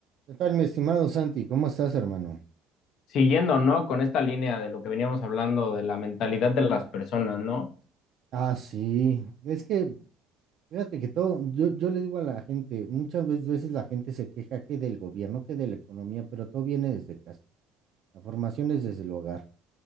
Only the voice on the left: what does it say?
siguiendo, ¿no? Con esta línea de lo que veníamos hablando, de la mentalidad de las personas, ¿no?